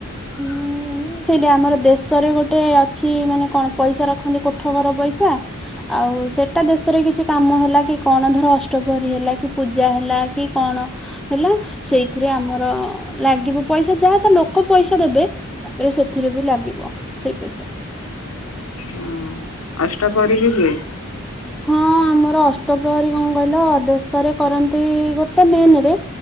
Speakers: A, on the left; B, in the centre.
A: ହ
B: ହୁଁ
A: <inaudible>
B: ସେଇଟା ଆମର ଦେଶରେ ଗୋଟେ ଅଛି ମାନେ କଣ ପଇସା ରଖନ୍ତି କୋଠା ଘର ପଇସା ଆଉ ସେଟା ଦେଶରେ କିଛି କାମ ହେଲା କି କଣ ଧର ଅଷ୍ଟପ୍ରହରୀ ହେଲା କି ପୂଜା ହେଲା କି କଣ ହେଲା ସେଇଥିରେ ଆମର ଲାଗିବ। ପଇସା ଯାହା ତ ଲୋକ ପଇସା ଦେବେ ତାପରେ ସେଥିରେ ବି ଲାଗିବ ସେଇ ପଇସା।
A: ହଁ ଅଷ୍ଟ ପରେ ବି ହୁଏ।
B: ହଁ ଆମର ଅଷ୍ଟପ୍ରହରୀ କଣ କହିଲ ଦଶରେ କରନ୍ତି ଗୋଟେ ମେନ ରେ